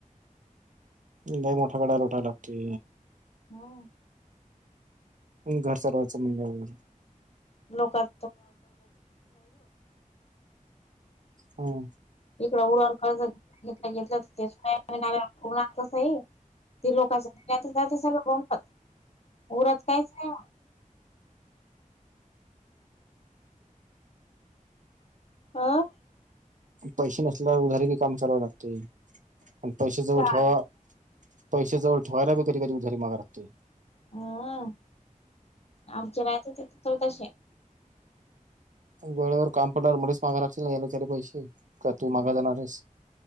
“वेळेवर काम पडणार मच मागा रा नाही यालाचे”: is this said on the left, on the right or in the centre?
Right